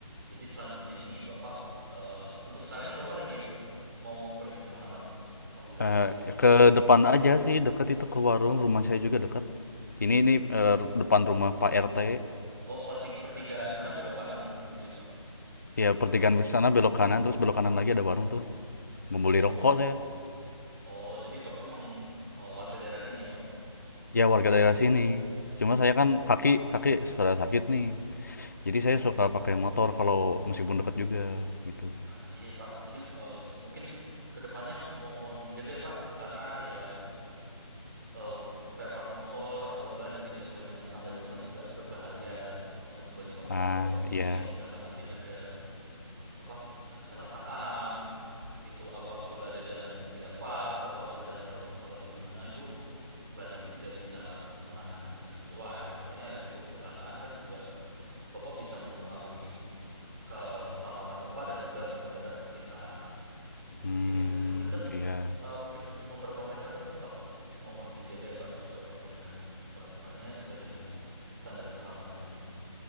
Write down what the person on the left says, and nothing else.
Eh,
ke depan aja sih dekat itu ke warung rumah saya juga dekat. Ini ini eh, depan rumah Pak RT.
Ya pertigaan ke sana belok kanan terus belok kanan lagi ada warung tuh. Membeli
rokok saya.
Ya warga daerah sini. Cuma saya kan kaki kaki sudah sakit nih. jadi
saya
suka pakai motor kalau meskipun dekat juga gitu
ah
iya
hmm
iya